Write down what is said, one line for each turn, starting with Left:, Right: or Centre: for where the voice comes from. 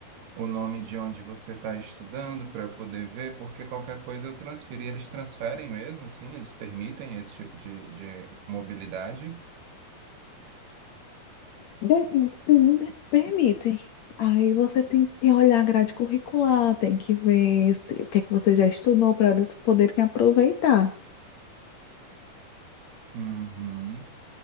Right: o nome de onde você está estudando para eu poder ver, porque qualquer coisa eu transferi. Eles transferem mesmo, assim, eles permitem esse tipo de, de mobilidade.
Left: De- Sim, de- permitem. Aí você tem que olhar a grade curricular, tem que ver se, o que é que você já estudou para eles poderem aproveitar.
Right: Uhum,